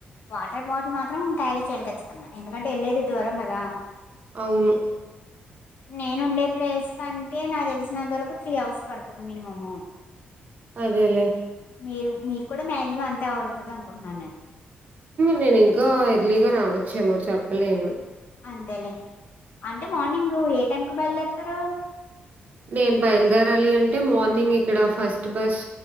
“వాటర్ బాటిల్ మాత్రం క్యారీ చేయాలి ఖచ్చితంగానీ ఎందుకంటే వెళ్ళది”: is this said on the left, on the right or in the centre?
Left